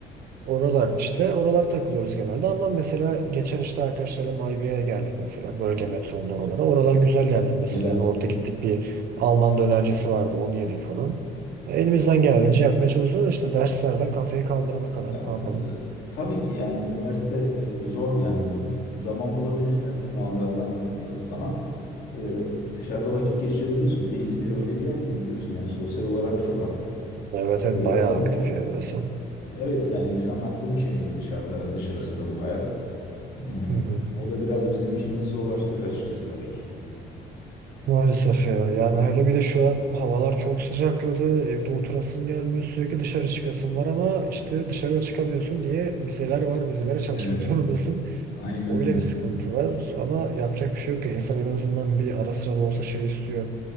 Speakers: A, on the right (about 65°); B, on the left (about 75°).
A: Oralar işte oralar takılıyoruz genelde ama mesela geçen işte arkadaşlarla Mayviye'ye geldik mesela bölge metronun oralara. Oralar güzel yerler mesela.
B: Güzel.
A: Yani orada gittik bir Alman dönercisi vardı onu yedik falan. Elimizden geldiğince yapmaya çalışıyoruz da işte derslerden kafayı kaldırana kadar
B: Ya, e,
A: ne yapalım.
B: tabii ki yani üniversite e, zor yani zaman bulabilirsen sınavlardan e, falan e, dışarıda vakit geçirebiliyorsun. Bir de İzmir öyle bir yer ki biliyorsun yani sosyal olarak çok aktif.
A: Evet
B: Böyle
A: evet bayağı
B: olunca
A: aktif ya burası.
B: evet yani insanın aklını çeliyor dışarıda dışarısı da bu hayat. Hmm.
A: Hı hı.
B: O da biraz bizim işimizi zorlaştırıyor açıkçası tabii ki.
A: Maalesef ya yani hele bir de şu an havalar çok sıcakladı evde oturasım gelmiyor sürekli dışarı çıkasım var ama işte dışarıda çıkamıyorsun diye vizeler var vizelere çalışmak
B: Evet,
A: <laughs> zorundasın.
B: aynen
A: Öyle
B: öyle.
A: bir sıkıntı var ama yapacak bir şey yok ya. İnsan en azından bir ara sıra da olsa şey istiyor.